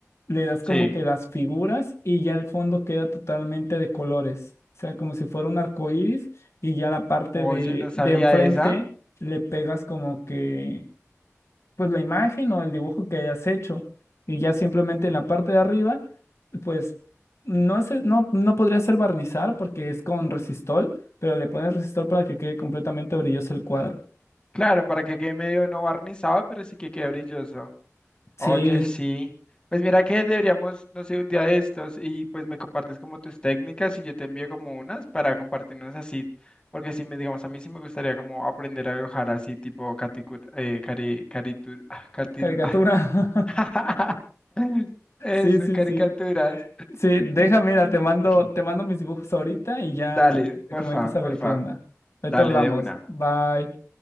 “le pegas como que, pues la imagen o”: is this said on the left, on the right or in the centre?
Left